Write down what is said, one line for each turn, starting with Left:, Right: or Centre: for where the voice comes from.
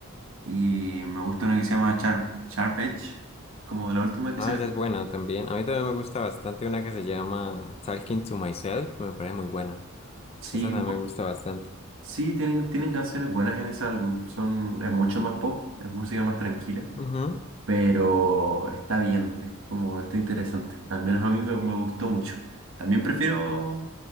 Right: y me gusta una que se llama Sharp, Sharp Edge, como la última que
Left: No,
Right: saca.
Left: esa es buena también. A mí también me gusta bastante una que se llama Talking to Myself. Me parece muy buena.
Right: Sí,
Left: Esa también
Right: ¿no?
Left: me gusta bastante.
Right: sí, tienen, tienen canciones buenas en ese álbum. Son, es mucho más pop, es música más tranquila,
Left: Ujú,
Right: pero está bien, es como, está interesante. Al menos a mí me, me gustó mucho. También prefiero